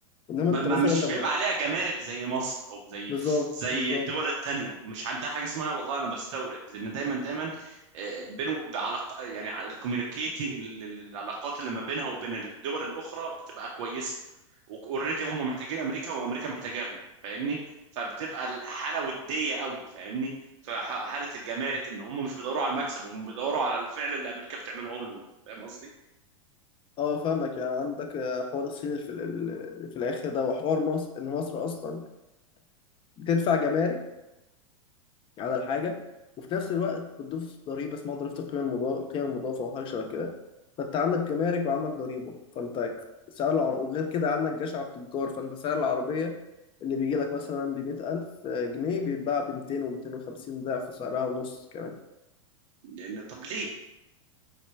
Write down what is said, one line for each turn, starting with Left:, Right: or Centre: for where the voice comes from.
Left: انما
Right: ما
Left: انت
Right: ما-
Left: مثلا
Right: مش
Left: لما
Right: بيبقى عليها جمارك زي مصر او زي
Left: بالظبط
Right: زي
Left: بالظبط
Right: الدول التانية مش عندها حاجه اسمها والله انا بستورد لان دايما دايما آه، بينه بعلاق يعني الكوميونيكيتنج العلاقات اللي ما بينها وبين الدول الاخرى بتبقى كويسه اوريدي هم محتاجين امريكا وامريكا محتاجاهم فاهمني فبتبقى الحاله وديه قوي فاهمني فحاله الجمارك ان هم مش بيدوروا على المكسب هم بيدوروا على الفعل اللي امريكا بتعمله لهم فاهم قصدي
Left: اه فاهمك يعني عندك آه، حوار الصين اللي في, ال- اللي في الاخر ده وحوار مصر ان مصر اصلا بتدفع جمارك على الحاجة وفي نفس الوقت بتضيف ضريبة اسمها ضريبة القيمة المضافة القيمة المضافة أو حاجة شبه كده فأنت عندك جمارك وعندك ضريبة فأنت سعر العربية وغير كده عندك جشع التجار فأنت سعر العربية اللي بيجي لك مثلا ب 100000 جنيه بيتباع ب 200 و 250 ضعف سعرها ونص كمان
Right: يعني طب ليه